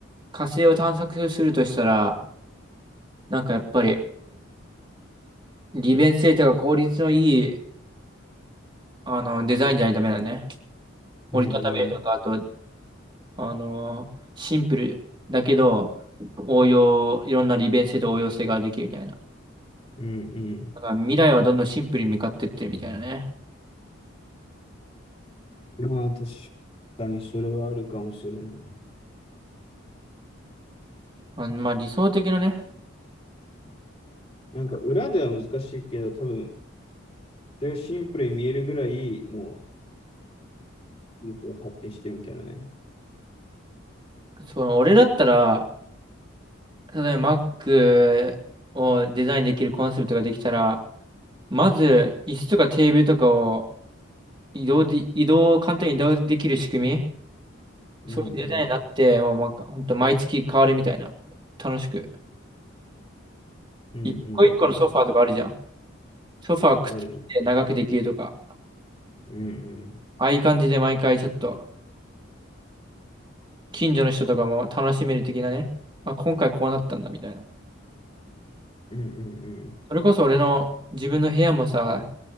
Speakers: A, on the right; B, on the left.
A: 火星を探索するとしたら、なんかやっぱり利便性とか効率のいい、あの、デザインじゃないとダメだね。折りたためるとか、
B: うんうん。
A: あとあのーシンプルだけど、応用、いろんな利便性と応用性ができるみたいな。
B: うんうん。
A: だから未来はどんどんシンプルに向かってってるみたいなね。
B: まあ、確かにそれはあるかもしれない。
A: まあ、まあ理想的なね、
B: なんか、裏では難しいけど、多分、それがシンプルに見えるぐらい、もう、技術が発展してるみたいなね。
A: その俺だったら、例えば Mac をデザインできるコンセプトができたら、まず椅子とかテーブルとかを移動で、移動を簡単に移動できる仕組み、
B: うんうん。
A: そういうデザインになって、もうま、ほんと毎月変わるみたいな。楽しく。
B: うんうんうんうん。
A: 一個一個のソファーとかあるじゃん。ソファーくっつけて長くできるとか。
B: あるね。うんうん。
A: ああいう感じで毎回ちょっと、近所の人とかも楽しめる的なね。まあ、今回こうなったんだ、みたいな。
B: うんうんうん。
A: それこそ俺の自分の部屋もさ、